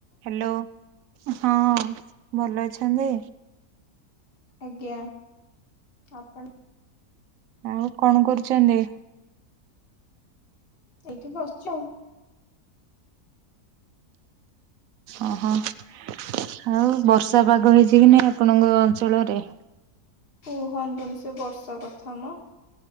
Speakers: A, on the right; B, on the left.
A: Hello ହଁ ଭଲ ଅଛନ୍ତି।
B: ଆଜ୍ଞା ଆପଣ।
A: ଆଉ କଣ କରୁଚନ୍ତି।
B: ଏଇଠି ବସିଚିଆଉ।
A: ଓହ ଆଉ ବର୍ଷା ପାଗ ହେଇଚି କି ନାଇ ଆପଣଙ୍କ ଅଞ୍ଚଳରେ।
B: କୁହନ୍ତୁନି ସେ ବର୍ଷା କଥାମ